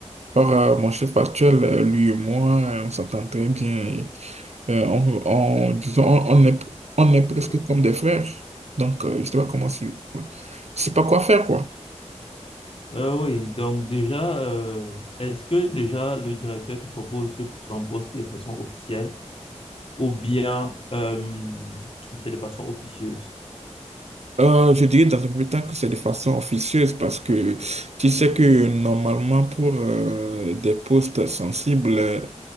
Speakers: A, on the right (about 65°); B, on the left (about 50°).
A: Or, euh, mon chef actuel, euh, lui et moi, euh, on s'entend très bien. et, euh, on, on- disons, on, on est, on est presque
B: Euh,
A: comme des frères. Donc, euh, je ne sais pas comment, c'est- je sais pas quoi faire, quoi.
B: euh, oui, donc déjà, euh, est-ce que déjà le directeur te propose ce- son poste de façon officielle? ou bien euh, c'est de façon officieuse.
A: Euh, je dirais dans un premier temps que c'est de façon officieuse parce que tu sais que normalement pour euh, des postes sensibles, euh,